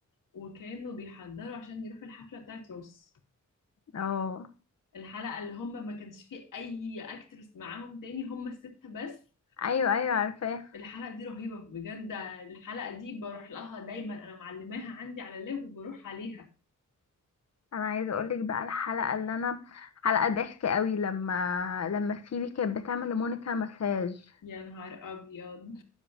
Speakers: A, on the left (about 85°); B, on the left (about 55°).
A: وكانوا بيحضروا عشان يروحوا الحفلة بتاعت روس
B: اه
A: الحلقة اللي هما ما كانش فيه اي اكترس معاهم تاني هما الستة بس
B: ايوه ايوه عارفاها
A: الحلقة دي رهيبة بجد الحلقة دي بروح لها دايما أنا معلماها عندي على اللاب وبروح عليها
B: انا عايزه اقولك بقى الحلقه اللي انا حلقه ضحك قوي لما لما فيبي كانت بتعمل لمونيكا مساج
A: يا نهار أبيض